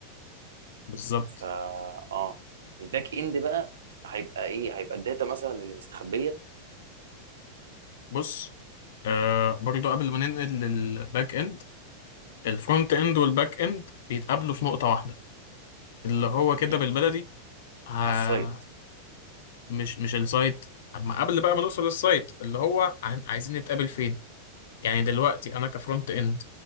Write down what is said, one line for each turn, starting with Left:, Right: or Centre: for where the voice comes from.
Left: بالظبط
Right: فا اه الباك اند بقى هيبقى ايه هيبقى الداتا مثلا اللي مستخبيه
Left: بص آه برضو قبل ما ننقل للباك اند الفرونت اند والباك اند بيتقابلوا في نقطه واحده اللي هو كده
Right: مم.
Left: بالبلدي آه
Right: السايت
Left: مش مش السايت اما قبل بقى ما نوصل للسايت اللي هو عن- عايزين نتقابل فين يعني دلوقتي انا كفرونت اند